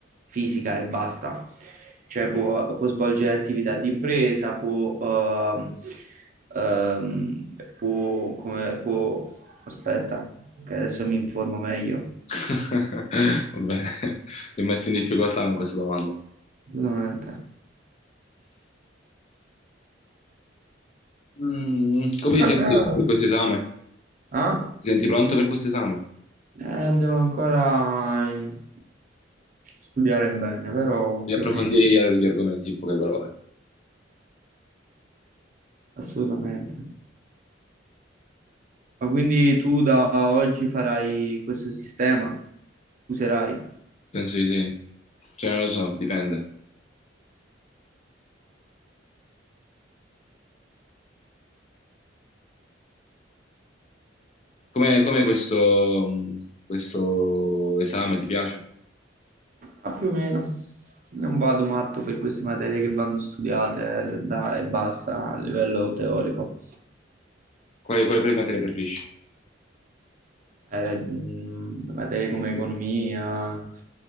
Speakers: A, on the right; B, on the left.
A: fisica e basta. Cioè può, può svolgere attività di impresa, può, ehm, ehm, può, come, può Aspetta, che adesso mi informo meglio.
B: <laughs> Va bene, ti ho messo in difficoltà con questa domanda.
A: Assolutamente.
B: Mm, come ti
A: <clears throat>
B: senti per questo esame?
A: Ah?
B: Ti senti pronto per questo esame?
A: Eh, devo ancora eh, studiare bene, però
B: Di approfondire
A: più o meno.
B: gli, gli argomenti, in poche parole.
A: Assolutamente. Ma quindi tu da oggi farai questo sistema? Userai?
B: Penso di sì. Cioè, non lo so, dipende. Come, come questo, mm, questo esame ti piace?
A: Ah, più o meno. Non vado matto per queste materie che vanno studiate eh, da- e basta a livello teorico.
B: Quale, quale pre- materia preferisci?
A: era, mh, materie come economia,